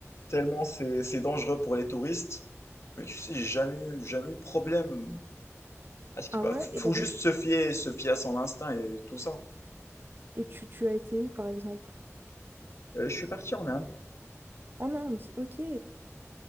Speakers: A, on the left; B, on the right.
A: tellement c'est, c'est dangereux pour les touristes. Mais tu sais, j'ai jamais eu, jamais eu de problème. À ce qui
B: Ah
A: pa-
B: ouais?
A: faut
B: Et,
A: juste se fier, se fier à son instinct et tout ça.
B: et tu, tu as été où, par exemple?
A: Euh, je suis parti en Inde.
B: En Inde, ok.